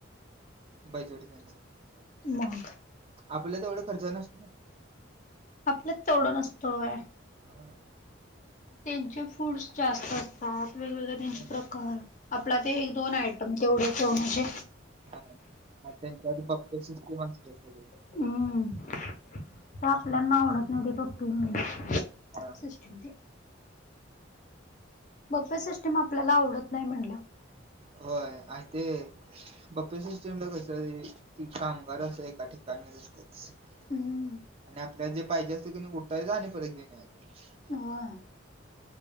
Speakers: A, on the right; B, on the left.
A: बैजेट त्यांचं
B: मग
A: आपलं तेवढं खर्च नसतो. ना.
B: आपल्यात तेवढ नसतोय
A: हा
B: त्यांचे फूड्स जास्त असतात वेगवेगळे त्यांचे प्रकार
A: हा.
B: आपला ते एक दोन अॅड पण तेवढे तेेवणच हे
A: हाा त्यांच्या फक्त सिस्टीम असतं तेवढ
B: हम्म ते आपल्याना आवडत नाही ते पप्पी मी
A: हा
B: सिस्टीम ते बप्पे सिस्टीम आपल्याला आवडत नाही म्हणलं
A: होय आणि ते बप्पे सिस्टमला कस कामगार असं एका ठिकाणीच असतात
B: हम्म
A: आणि आपल्याला जे पाहिजे असते कणी उठायच आणि परत घेऊन यायचं
B: होय